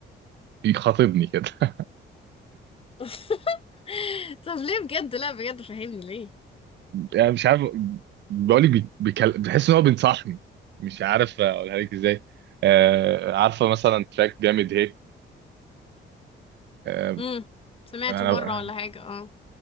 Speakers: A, on the right (about 60°); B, on the left (about 30°).
A: بيخاطبني كده <laughs>
B: <laughs> <laughs> طب ليه بجد لا بجد فهمني ليه
A: يعني مش عارف بقول لك بيكل... بحس ان هو بينصحني مش عارف اقولها لك ازاي آه عارفه مثلا تراك جامد هيك آه
B: امم سمعته
A: انا
B: مرة ولا حاجة اه